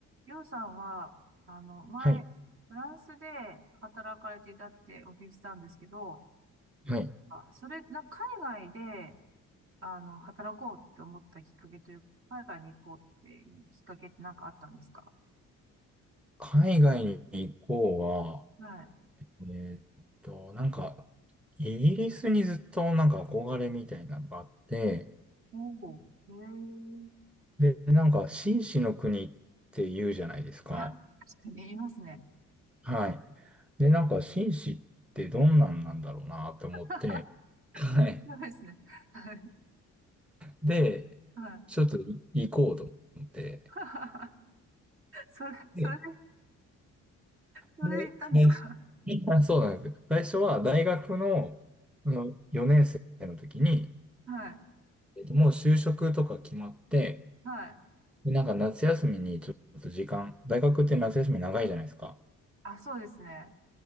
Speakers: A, on the right (about 45°); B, in the centre.
A: りょうさんは、あの、前、
B: はい。
A: フランスで働かれていたってお聞きしたんですけど、
B: はい。
A: あ、それ、な、海外で、あの、働こうって思ったきっかけというか、海外に行こうっていうきっかけって何かあったんですか
B: 海外に行こうは、
A: はい。
B: えーっと、なんか、イギリスにずっとなんか憧れみたいなのがあって、
A: おお、へえ。
B: で、なんか、紳士の国って言うじゃないですか。
A: <laughs> あ、確かに言いますね。
B: はい。で、なんか、紳士ってどんなんなんだろうなと思って、
A: <laughs>
B: はい。
A: 面白いですね。はい。
B: で、
A: はい。
B: ちょっとい行こうと思って、
A: <laughs> それ、それで、
B: で、
A: それで行ったんですか
B: で、最初、<laughs> そうなんですよ。最初は大学の、あの4年生の時に、
A: はい。
B: えっと、もう就職とか決まって、
A: はい。
B: で、なんか夏休みにちょっと時間、大学って夏休み長いじゃないですか。
A: あ、そうですね。